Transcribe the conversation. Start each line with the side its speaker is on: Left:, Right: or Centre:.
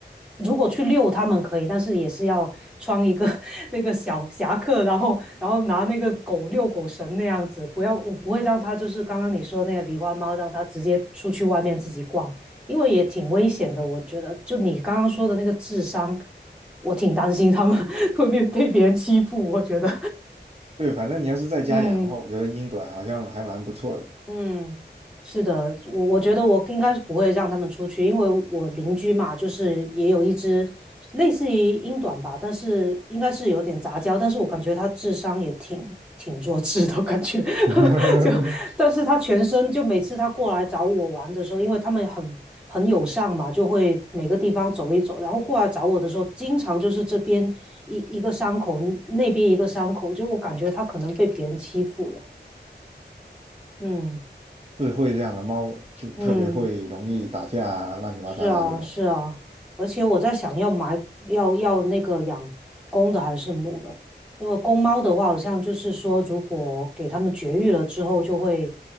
Centre: 如果去遛它们可以，但是也是要穿一个 <laughs> 那个小夹克，然后然后拿那个狗遛狗绳那样子。不要，我不会让它就是刚刚你说那个狸花猫，让它直接出去外面自己逛，因为也挺危险的。我觉得，就你刚刚说的那个智商，我挺担心它们 <laughs> 会被被别人欺负。我觉得，
Right: 对，反正你要是在家养的话，
Centre: <laughs> 嗯。
Right: 我觉得英短好像还蛮不错的，
Centre: 嗯，是的，我我觉得我应该是不会让他们出去，因为我邻居嘛，就是也有一只类似于英短吧，但是应该是有点杂交，但是我感觉它智商也挺挺弱智的感觉，<laughs>
Right: <laughs>
Centre: 就但是它全身就每次它过来找我玩的时候，因为他们很很友善嘛，就会每个地方走一走，然后过来找我的时候，经常就是这边一一个伤口，那边一个伤口，就我感觉它可能被别人欺负了，嗯
Right: 智慧这样的猫就特别会容易打架啊，
Centre: 嗯。
Right: 乱七八糟啊这种。
Centre: 是啊，是啊，而且我在想要买要要那个养公的还是母的，因为公猫的话，好像就是说，如果给它们绝育了之后，就会